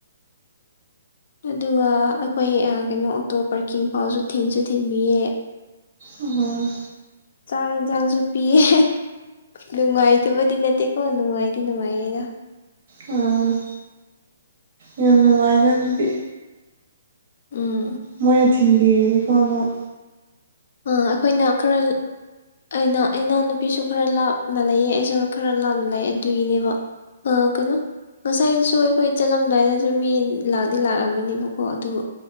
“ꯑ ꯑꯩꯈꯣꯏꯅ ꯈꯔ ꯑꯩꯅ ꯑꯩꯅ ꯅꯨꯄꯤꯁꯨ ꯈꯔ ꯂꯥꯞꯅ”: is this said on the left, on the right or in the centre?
Left